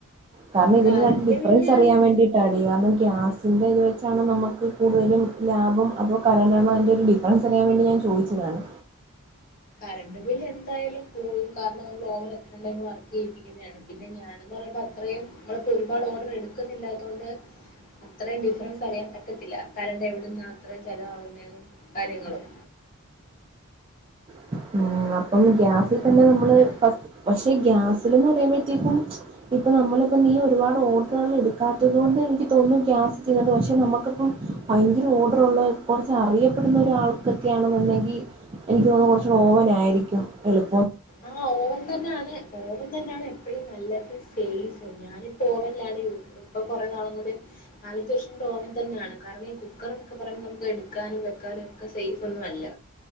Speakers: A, on the right; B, on the left.
A: കാരണം ഇതിന്റെ
B: കറണ്ട്
A: രണ്ടിന്റേം ഡിഫ്‌റൻസ്
B: ബില്ല്
A: അറിയാൻവേണ്ടിട്ടാടി കാരണം ഗ്യാസിന്റെ ഇത് വെ ചാണോ നമ്മക്ക് കൂടുതലും ലാഭം അതൊ കരന്റാണോ അതിന്റൊരു ഡിഫ്‌റൻസ് അറിയാൻവേണ്ടി ഞാൻ ചോദിച്ചതാണ്.
B: കറണ്ട്ബില്ല് എന്തായാലും കൂടും കാരണം നമ്മളോവാൻ അത്രേം ടൈം വർക്ക് ചെയ്യിപ്പിക്കുന്നതാണ് പിന്നെ ഞാനെന്ന് പറയുമ്പോ അത്രേം ഒരുപാട് ഓർഡർ എടുക്കുന്നില്ലാത്തോണ്ട് അത്രേം ഡിഫ്‌റൻസ് അറിയാൻ പറ്റത്തില്ല കറന്റ്‌ എവിടുന്നാ അത്രേം ചെലവാകുന്നതെന്നും കാര്യങ്ങളും.
A: <unintelligible> ഇപ്പം ഗ്യാസിതന്നെ
B: അത് തൊട്ടടുത്ത്
A: നമ്മള് പഷേ ഗ്യാസിലിന്ന് പറയുമ്പ കഴിയുമ്പഴ്ത്തേക്കും നമ്മളിപ്പ നീ ഒരുപാട് ഓർഡറുകാളെടുക്കാത്തൊണ്ട് എനിക്ക് തോന്ന്‌ന്നു ഗ്യാസ് <unintelligible> പഷേ നമുക്കപ്പം ഭയകര ഓർഡറുള്ള കൊറച്ചറിയപ്പെടുന്ന ഒരാൾക്കൊക്കെ ആണെന്നുണ്ടങ്കി എനിക്ക് തോന്ന്‌ന്നു കൊർ ഓവനായിരിക്കും എളു
B: ആഹാ ഓവൻ തന്നെയാണ് ഓവൻ തന്നെയാണ് എപ്പോഴും നല്ലത് സേഫും ഞാനിപ്പോ ഓവനിലാണ് ഇപ്പൊ കൊറേനാളും കൊണ്ട് നാലഞ്ചു വർഷം കൂടി ഓവൻ തന്നെയാണ് കാരണം ഈ കുക്കർ എന്നൊക്കെ പറയുമ്പോ നമുക്ക് എടുക്കാനും വെക്കാനും ഒക്കെ സേഫ് ഒന്നും അല്ല